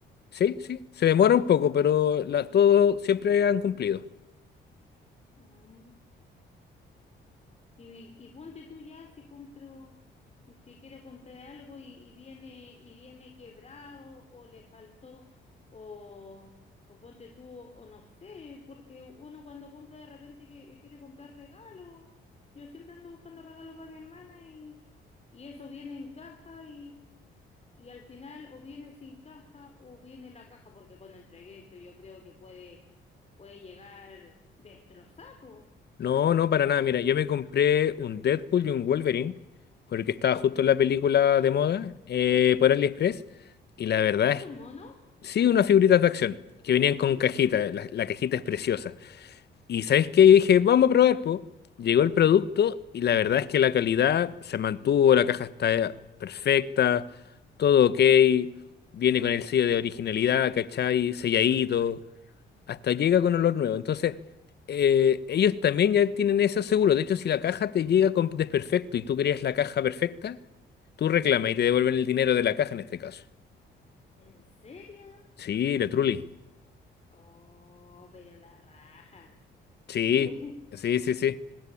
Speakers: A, on the left; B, on the left.
A: Sí, sí, se demora un poco, pero la- todo siempre han cumplido.
B: Ah. Y, y ponte tú ya si compro, si quiero comprar algo y, y viene, y viene quebrado o le faltó, o, o ponte tú, o no sé, porque uno cuando compra de repente que, quiere comprar regalos. Yo siempre ando buscando regalos para mi hermana y, y eso viene en caja y, y al final o viene sin caja o viene la caja, porque con el trayecto yo creo que puede, puede llegar destrozado.
A: No, no, para nada. Mira, yo me compré un Deadpool y un Wolverine, porque estaba justo en la película de moda, eh, por AliExpress. Y la verdad
B: ¿Estos
A: es,
B: son monos?
A: sí, unas figuritas de acción, que venían con
B: Ah.
A: cajita. La, la cajita es preciosa. Y ¿sabes qué? Yo dije, vamos a probar, po. Llegó el producto y la verdad es que la calidad se mantuvo, la caja está perfecta, todo ok. Viene con el sello de originalidad, ¿cachai? Selladito. Hasta llega con olor nuevo. Entonces, eh, ellos también ya tienen eso seguro. De hecho, si la caja te llega con desperfecto y tú querías la caja perfecta, tú reclamas y te devuelven el dinero de la caja en este caso.
B: ¿En serio?
A: Sí, la Trulli.
B: Oh, pero la raja.
A: Sí,
B: <laughs>
A: sí, sí, sí.